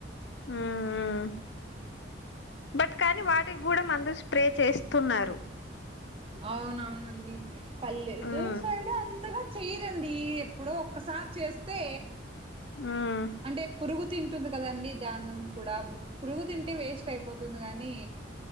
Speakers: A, on the left (about 65°); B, on the right (about 30°).
A: ఊమ్ ఊమ్ ఊ బట్ కానీ వాటికి కూడా మందులు స్ప్రే చేస్తున్నారు
B: అవునవునండి పల్లెటూరు
A: మ్మ్
B: సైడు అంతగా చేయరండి ఎప్ ప్పుడో ఒక్కసారి చేస్తే
A: మ్మ్
B: అంటే పురుగు తింటుంది కదండి దాని కూడా పురుగు తింటే వేస్ట్ అయిపోతుంది కాని